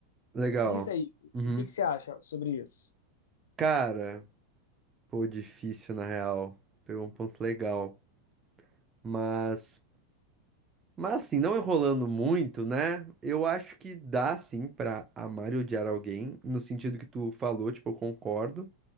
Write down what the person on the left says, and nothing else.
Diz aí,
o que que você acha sobre isso?